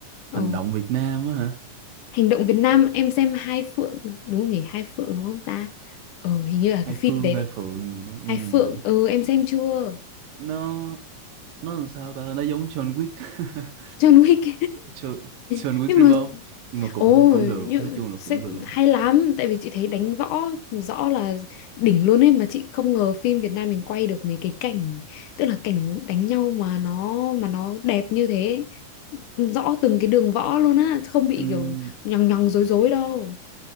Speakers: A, on the right; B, on the left.
A: hành
B: ừ.
A: động Việt Nam á hả
B: hành động Việt Nam em xem Hai Phượng đúng không nhỉ Hai Phượng đúng không ta ừ hình như là cái
A: hai
B: phim
A: Phương
B: đấy
A: hai
B: đấy
A: Phượng gì đó Ừm.
B: Hai Phượng ừ em xem chưa
A: nó nó làm sao ta nó giống John Wick <laughs>
B: John Wick
A: John John
B: <laughs>
A: Wick
B: nhưng
A: Revolve
B: mà
A: nhưng mà cũng
B: Ồ,
A: cũng được
B: như,
A: nói chung là
B: sẽ-
A: cũng được
B: hay lắm Tại vì chị thấy đánh võ rõ là đỉnh luôn ấy Mà chị không ngờ phim Việt Nam mình quay được mấy cái cảnh Tức là cảnh đánh nhau mà nó mà nó đẹp như thế Rõ từng cái đường võ luôn á Không bị
A: em
B: kiểu nhằng nhằng dối dối đâu